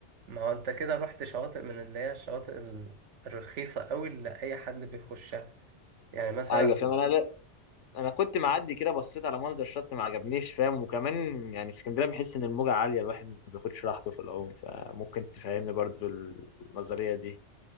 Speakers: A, on the right (about 80°); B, on the left (about 85°).
A: ما هو انت كده رحت شواطئ من اللي هي الشواطئ ال- الرخيصة قوي اللي أي حد بيخشها يعني مثلا
B: ايوه فاهم انا انا كنت معدي كده بصيت على منظر الشط ما عجبنيش فاهم وكمان يعني اسكندريه بحس ان الموجه عاليه الواحد ما بياخدش راحته في العوم فممكن تفهمني برضو النظريه دي